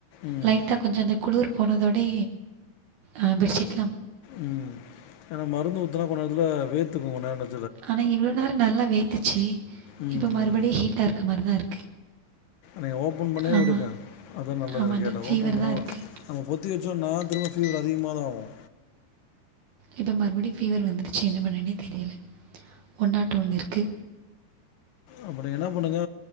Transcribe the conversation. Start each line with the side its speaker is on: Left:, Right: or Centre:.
Left: ம்
Right: லைட்டா கொஞ்சோ அந்த குளிர் போனதோடே அ பெட்ஷீட்
Left: உம் ஏனா மருந்து ஊத்தனா கூட இதுல வேத்துக்கு உடனே அந்த
Right: ஆனா இவ்ளோ நேரோ நல்லா வேத்துச்சு
Left: ம்
Right: இப்போ மறுபடி
Left: ம்
Right: ஹீட்டா இருக்க மாரிதா இருக்கு
Left: நீங்க ஓப்பன் பண்ணியே
Right: ஆமாம்
Left: விடுங்க அதா நல்லது
Right: ஆமாண்ணா
Left: என்ன கேட்டா
Right: ஃபீவர்
Left: ஓப்பன் பண்ணாம
Right: தான் இருக்குது
Left: நம்ம பொ தந்தி வெச்சோனா திரும்ப ஃபீவர் அதிகமாதா வரு
Right: இப்போ மறுபடியு ஃபீவர் வந்துருச்சு என்ன பண்ணனே தெரியல ஒன்னாட்டு ஒண்ணிற்கு
Left: அப்படி என்ன பண்ணுங்க